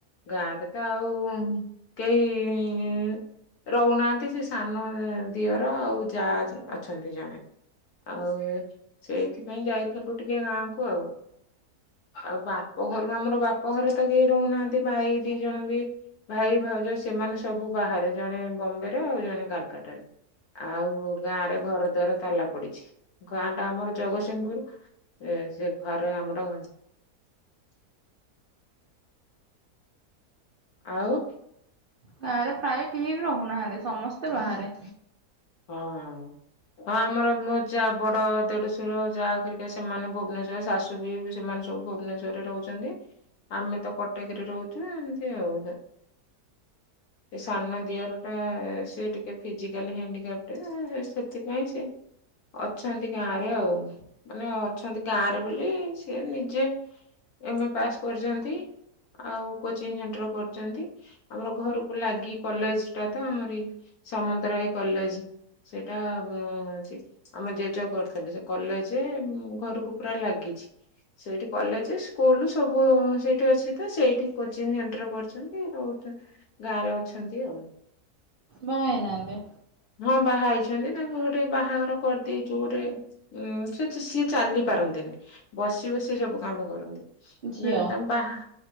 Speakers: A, on the left; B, on the right.
A: ଗାଁରେ ତ ଆଉ କେହି ଇ ରହୁନାହାନ୍ତି ସେ ସାନ ଦିଅର ଆଉ ଯା ଅଛନ୍ତି ଜଣେ ଆଉ ସେଇଥିପାଇଁ ଯାଇଥିଲୁ ଟିକେ ଗାଁ କୁ ଆଉ ଆଉ ବାପ ଘରୁ ଆମର ବାପ ଘରେ ତ କେହି ରହୁନାହାନ୍ତି ଭାଇ ଦି ଜଣ ବି ଭାଇ ଭାଉଜ ସେମାନେ ସବୁ ବାହାରେ ଜଣେ ବମ୍ବେରେ ଆଉ ଜଣେ କାଲକାଟାରେ ଆଉ କୋଉ ଗାଁ ରେ ଘର ଦ୍ୱାର ତାଲା ପଡିଛି ଗାଁ ଟା ଆମର ଜଗତସିଂହପୁର ସେ ଘରେ ଆମର ଆଉ
B: ଗାଁରେ ପ୍ରାୟ କେହି ବି ରହୁନାହାନ୍ତି ସମସ୍ତେ ବାହାରେ
A: ହଁ ହଁ ଆମର ମୋ ଯାହା ବଡ ଦେଢଶର ଯାହାଖରିକା ସେମାନେ ଭୁବନେଶ୍ଵର ଶାଶୁ ବି ସେମାନେ ସବୁ ଭୁବନେଶ୍ରରେ ରହୁଛନ୍ତି ଆମେ ତ କଟକରେ ରହୁଛୁ ଏମିତି ଆଉ ଏ ସାନ ଦିଅର ଟା ସେ ଟିକେ ଫିଜିକାଲି ହିଣ୍ଡ ଗେଟେ ସେଥିପାଇଁ ସେ ଅଛନ୍ତି ଗାଁ ରେ ଆଉ ମାନେ ଅଛନ୍ତି ଗାଁ ରେ ବୋଲି ସିଏ ନିଜେ ଏମେ ପାସ୍ କରିଛନ୍ତି ଆଉ କୋଚିଂ ସେଣ୍ଟର କରିଛନ୍ତି ଆମର ଘରକୁ ଲାଗି କଲେଜ ଟା ତ ଆମର ସାମନ୍ତରାୟ କଲେଜ ସେଇଟା ଉ ଆମ ଜେଜେ କରିଥିଲେ ସେ କଲେଜ ଘରକୁ ପୁରା ଲାଗିଛି ସେଇଠି କଲେଜ ସ୍କୁଲ ସବୁ ସେଇଠି ଅଛି ତ ସେଇଠି କୋଚିଂ ସେଣ୍ଟର ପଢଛନ୍ତି ରହୁ ଗାଁ ରେ ଅଛନ୍ତି ଆଉ
B: ବାହାହେଇନାହାନ୍ତି
A: ହଁ ବାହା ହେଇଛନ୍ତି ତାଙ୍କୁ ଗୋଟେ ବାହାଘର କରିଦେଇଛୁ ଗୋଟେ ଉୁଁ ସେ ସିଏ ଚାଲି ପାରନ୍ତିନି ବସି ବସି ସବୁ କାମ କରନ୍ତି
B: ଝିଅ
A: ଏ ତା ବାହାଁ